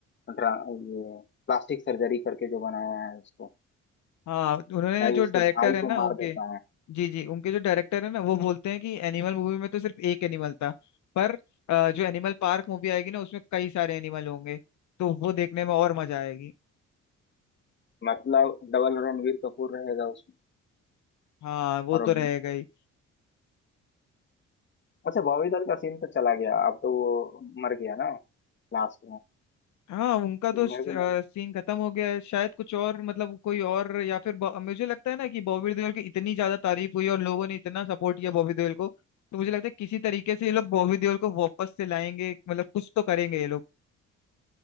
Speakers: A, on the left; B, on the left.
A: ड्रा- ये प्लास्टिक सर्जरी करके जो बनाया है उसको
B: हाँ उन्होंने
A: भाई
B: जो
A: उसके
B: डायरेक्टर
A: भाई
B: है
A: को
B: ना
A: मार
B: उनके
A: देता है
B: जी जी उनके जो डायरेक्टर है ना वो बोलते हैं कि एनिमल मूवी में तो सिर्फ एक एनिमल था पर अ, जो एनिमल पार्क मूवी आएगी ना उसमें कई सारे एनिमल होंगे तो वो देखने में और मजा आएगी
A: मतलब डबल रणवीर कपूर रहेगा उसमें
B: हाँ वो
A: और
B: तो रहेगा ही
A: अच्छा बॉबी दल का सीन तो चला गया अब तो वो मर गया ना लास्ट में
B: हाँ उनका तो
A: तो मेरे को नहीं
B: सीन खत्म हो गया है शायद कुछ और मतलब कोई और या फिर ब- मुझे लगता है ना कि बॉबी देओल की इतनी ज्यादा तारीफ हुई और लोगों ने इतना सपोर्ट किया बॉबी देओल को तो मुझे लगता है किसी तरीके से ये लोग बॉबी देओल को वापस से लाएंगे मतलब कुछ तो करेंगे ये लोग